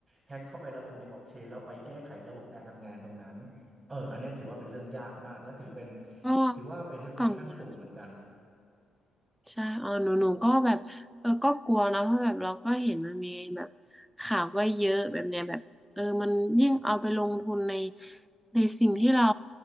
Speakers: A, on the right (about 25°); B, in the centre.
A: แฮ็กเข้าไประบบในบล็อกเชนแล้วไปแก้ไขระบบการทำงานตรงนั้นเอออันเนี้ยถือว่าเป็นเรื่องยากมากและถือเป็น
B: โอ้
A: ถือว่าเป็นเทคโนโลยีขั้นสูงเหมือนกัน
B: ก็ก็กังวล ใช่เออหนูหนูก็แบบเออก็กลัวนะเพราะแบบเราก็เห็นมันมีแบบข่าวก็เยอะแบบเนี้ยแบบเออมันยิ่งเอาไปลงทุนในในสิ่งที่เรา